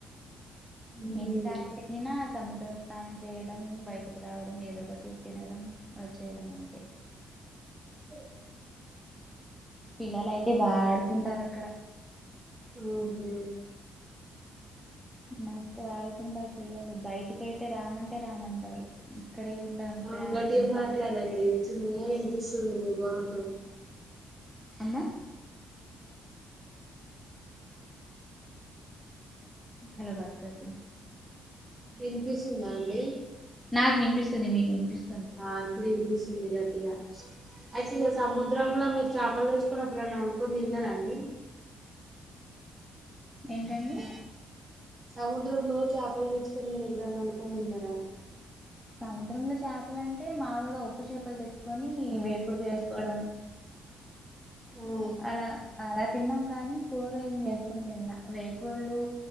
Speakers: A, on the right; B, in the centre.
A: ఉహు
B: ఎన్నిసార్లు వెళ్లిన సముద్రం స్నానం చేయడం బయటికి రావడం ఏదో ఒకటి తినడం చేయడం అంతే
A: ఆ
B: పిల్లలు అయితే బా ఆడుకుంటారు అక్కడ
A: ఉహు
B: మస్తు ఆడుకుంటారు పిల్లలు బయటికి అయితే రామంటే రామంటారు ఇక్కడే ఉంటాం ఇక్కడే
A: ఆ
B: ఆడుకుంటాం
A: గట్టిగా మాట్లాడండి చిన్నన్నా వినిపిస్తుంది మీ గొంతు
B: అమ్మ హలో బాత్ క
A: వినిపిస్తుందా అండి
B: నాకు వినిపిస్తుంది మీకు వినిపిస్తుదా
A: ఆ ఇప్పుడు వినిపిస్తుంది గట్టిగా అయితే ఇక సముద్రంలో మీరు చ చేపలు తెచ్చుకునీ ఎప్పుడన్నా వండుకుని తిన్నారాండి
B: ఏంటండి
A: సముద్రంలో చేపలు తెచ్చుకుని మీరు ఎప్పుడన్నా వండుకొని తిన్నారా
B: సముద్రంలో చేపలంటే మాములుగా ఉప్పు చేప లు తెచ్చుకొని వేపుడు చేసుకోవడం
A: ఆ
B: అలా ఆ తిన్నాం కానీ కూర ఏం చేసుకుని తిన్నా వేపుళ్ళు